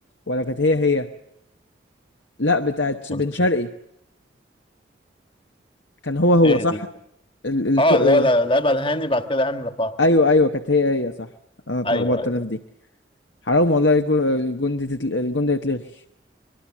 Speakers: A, on the left (about 85°); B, on the left (about 30°).
A: ولا كانت هي هي لا بتاعت
B: كرة
A: بن شرقي
B: خير.
A: كان هو هو
B: ايه
A: صح
B: دي
A: ال... الكو...
B: اه
A: آه،
B: لا لا لعبها الهاني بعد كده هاني رفعها
A: ايوه ايوه كانت هي هي صح انا اتلخبطت
B: ايوه ايوه
A: انا في دي حرام والله الجون الجون دي تتل... الجون ده يتلغي